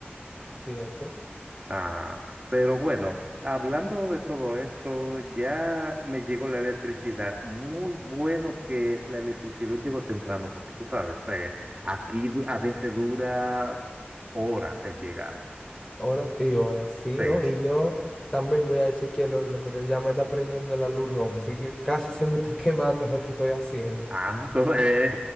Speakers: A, on the left (about 20°); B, on the right (about 25°).
A: Cierto.
B: Ah, pero bueno, hablando de todo esto, ya me llegó la electricidad. Muy bueno que la electricidad llegó temprano, porque tú sabes, eh, aquí du- a veces dura horas en llegar.
A: Horas y horas, sí,
B: Sí,
A: ¿no? Y yo también voy a decir que el horno, porque ya me está prendiendo la luz roja, así que casi se me está <laughs> quemando lo que estoy haciendo
B: ah, <laughs> tú- eh,